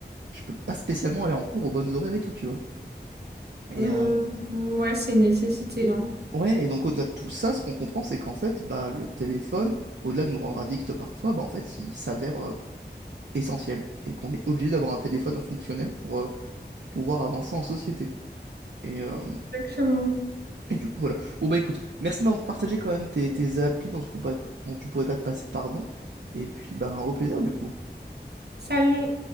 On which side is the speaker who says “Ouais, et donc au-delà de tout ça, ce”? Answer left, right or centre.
Right